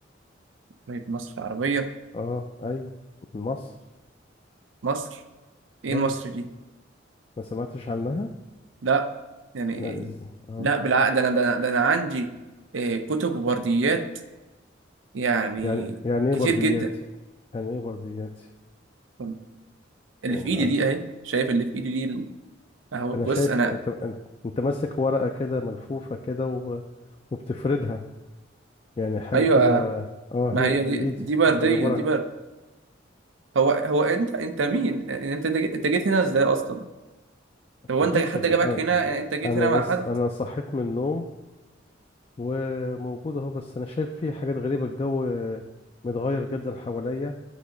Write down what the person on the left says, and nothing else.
اه ايوه من مصر
ايوه
ما سمعتش عنها
لا از اه
يعني يعني ايه
بردياتي
يعني يعني ايه بردياتي
آه.
آه.
انا
شايف
انت انت, انت ماسك ورقة كده ملفوفة كده و... وبتفردها يعني حاجة
كده اه
هي
دي
ايه
دي
دي, دي عبارة
عن
ما
جيتش
أت-
انا
انا
لس...
انا صحيت من النوم وموجود اهو بس انا شايف فيه حاجات غريبه الجو متغير جدا حواليا